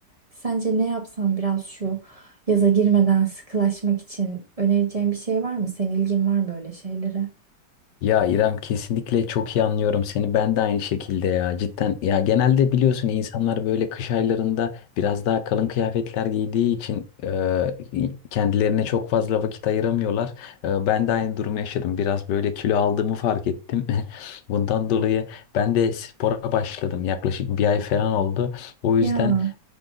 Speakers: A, on the right (about 20°); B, on the left (about 75°).
A: Sence ne yapsam biraz şu Yaza girmeden sıkılaşmak için önereceğin bir şey var mı? Senin ilgin var böyle şeylere.
B: Ya İrem kesinlikle çok iyi anlıyorum seni. Ben de aynı şekilde ya. Cidden ya genelde biliyorsun insanlar böyle kış aylarında biraz daha kalın kıyafetler giydiği için e, kendilerine çok fazla vakit ayıramıyorlar. E, ben de aynı durumu yaşadım. Biraz böyle kilo aldığımı fark ettim. <laughs> Bundan dolayı ben de spora başladım. Yaklaşık bir ay falan oldu. O yüzden
A: Ya.